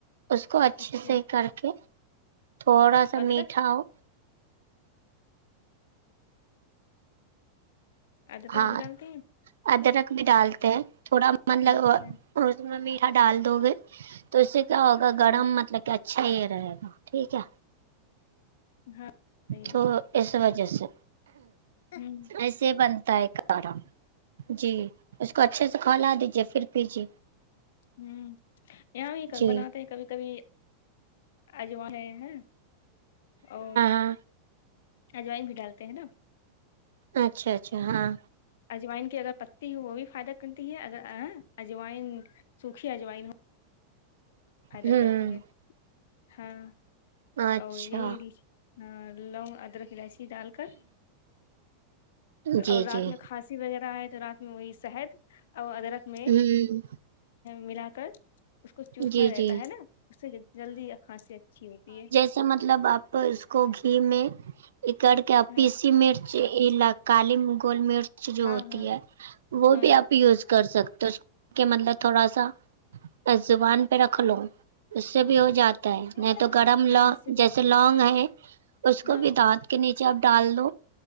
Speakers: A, on the right; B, on the left.
A: اس کو اچھے
B: اچھا
A: سے کر کے تھوڑا سا
B: ادرک
A: میٹھا ہو
B: ادرک
A: ہاں
B: بھی ڈالتے ہیں
A: ادرک بھی ڈالتے ہیں تھوڑا مطلب
B: اچھا
A: اور اس میں میٹھا ڈال دو گے تو اس سے کیا ہوگا
B: ہوں
A: گرم مطلب کیا اچھا یے رہے گا ٹھیک ہے
B: ہاں صحیح
A: تو
B: بات
A: اس وجہ سے
B: ہوں
A: ایسے بنتا ہے کارا جی اس کو اچھے سے کھلا دیجے پھر پجی
B: ہوں یہاں بھی ک
A: جی
B: بناتے ہیں کبھی کبھی اجو ہے ہیں اور
A: ہاں
B: ہجوائ بھی ڈالتے ہیں نا
A: اچھا اچھا ہاں
B: جوائن کی اگر پتی ہو وہ بھی فائدہ کرتی ہے اگر اے اجوائن سوکھی اجائائین ہوں فائدہ
A: ہوں
B: کرتی ہے ہاں
A: اچھا
B: اور یہی لونگ ادرک الائچی ڈال کر
A: جی
B: اور رات
A: جی
B: میں کھاسی تی وغیرہ ہے تو رات میں وہی شہد اور ادرک میں
A: ہوں
B: ملا کر اس کو چوسنا
A: جی
B: رہتا
A: جی
B: ہے نا اس سے جلدی کھانسی اچھی ہوتی ہے
A: اچھا مطلب آپ اس کو گھی میں اکڑ کے آپ
B: ہاں
A: پیسی مرچ چی کالی گول مرچ جو
B: ہاں
A: ہوتی
B: ہاں
A: ہے وہ
B: ہاں
A: بھی آپ یوز کر سکتے ہو کہ مطلب تھوڑا سا زبان پے رکھ لو اس سے بھی ہو جاتا ہے نہیں
B: ہاں
A: تو گرم
B: ہاں
A: لو
B: اس سے بھی
A: جیسے لونگ ہے اس کو
B: ہاں
A: بھی دانت کے نیچے آپ ڈال دو